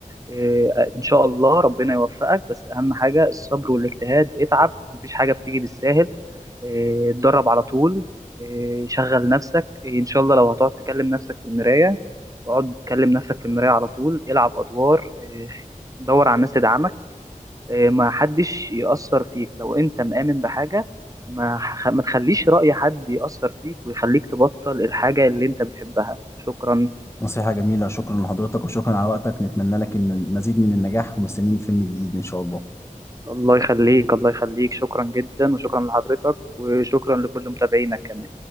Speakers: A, on the right; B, on the left.
A: إيه، ان شاء الله ربنا يوفقك بس اهم حاجه الصبر والاجتهاد اتعب مفيش حاجه بتيجي بالساهل إيه، اتدرب على طول إيه، شغل نفسك إيه، ان شاء الله لو هتقعد تكلم نفسك في المرايه اقعد تكلم نفسك في المرايه على طول العب ادوار إيه، دور على الناس تدعمك إيه، ما حدش يأثر فيك لو انت مآمن بحاجه ما ح- ما تخليش رأي حد يأثر فيك ويخليك تبطل الحاجه اللي انت بتحبها شكرا
B: نصيحة جميلة شكرا لحضرتك وشكرا على وقتك نتمنى لك ان مزيد من النجاح ومستنيين الفيلم الجديد ان شاء الله
A: الله يخليك الله يخليك شكرا جدا وشكرا لحضرتك وشكرا لكل متابعينك كمان